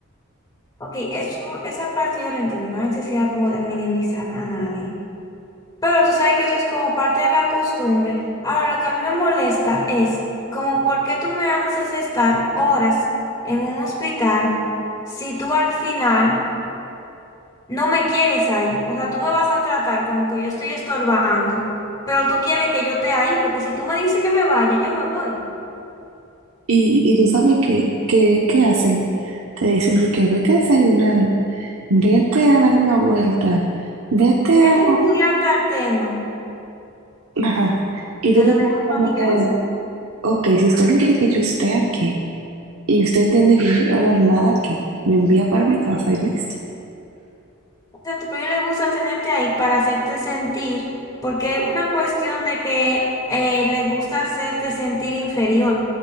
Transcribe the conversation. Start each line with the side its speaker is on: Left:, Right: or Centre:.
Left: Ok, eso, esa parte yo la entiendo, que no hay necesidad como de minimizar a nadie. Pero tú sabes que eso es como parte de la costumbre. Ahora, lo que a mí me molesta es como por qué tú me haces estar horas en un hospital si tú al final no me quieres ahí. O sea, tú me vas a tratar como que yo estoy estorbando, pero tú quieres que yo esté ahí, porque si tú me dices que me vaya, yo me voy.
Right: Y, y tú sabes que, que, ¿qué hacen? Te dicen de que vete a desayunar, vete a dar una vuelta, vete
Left: Vete
Right: a...
Left: a estudiar tal tema,
Right: Ajá. Y tú
Left: pero
Right: te pones
Left: déjame
Right: como
Left: para mi
Right: que,
Left: casa.
Right: ok, si usted no quiere que yo esté aquí y usted entiende que yo no voy a ver nada aquí, me envía para mi casa y listo.
Left: sea, a tu proyecto le gusta tenerte ahí para hacerte sentir, porque es una cuestión de que eh, le gusta hacerte sentir inferior,